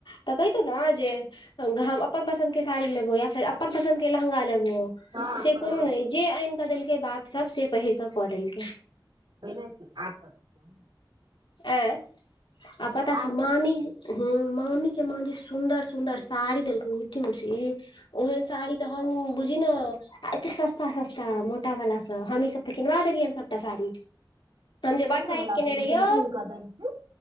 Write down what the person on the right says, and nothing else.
हँ
हँ
छैहे की आब कथी चाहि।
तऽ
आब
कथी चाही
मोटे
वला
से
लेकिन चेन्ज कऽ देलखिन